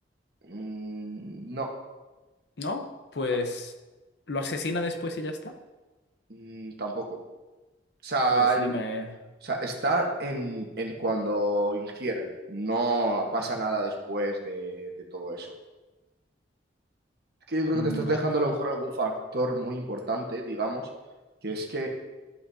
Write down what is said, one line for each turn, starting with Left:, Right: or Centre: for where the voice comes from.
Right: Mm, no,
Left: ¿no? Pues
Right: no,
Left: lo asesina después y ya está.
Right: mm, tampoco. O sea,
Left: Pues
Right: el-
Left: dime...
Right: o sea, está en, en cuando ingieren. No pasa nada después de, de todo eso. Es que yo creo
Left: mm,
Right: que te estás dejando
Left: a-
Right: a lo mejor algún factor muy importante, digamos, que es que,